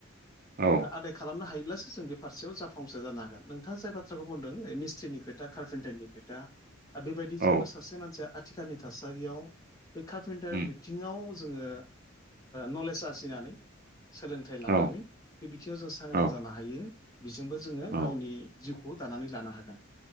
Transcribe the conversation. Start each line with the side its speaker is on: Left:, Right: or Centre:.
Right: औ
Left: आरो आदाय खालामनो हायो सो जों बे फारसेयाव जाफुंसार जानो हागोन नोंथाङा जाय बाथ्रा बुंदों मिस्ट्रिनि खोथा कार्पेन्टारनि खोथा आरो बेबायदिजोंबो
Right: औ
Left: सासे मानसिया आथिखालनि थासारियाव बे कार्पेन्टार
Right: उम
Left: बिथिङाव जोङो नलेज आरजिनानै सोलोंथाइ लानानै
Right: औ
Left: बे बिथिङाव जों सांग्रां
Right: औ
Left: जानो हायो बिजोंबो जोङो
Right: औ
Left: गावनि जिउखौ दानानै लानो हागोन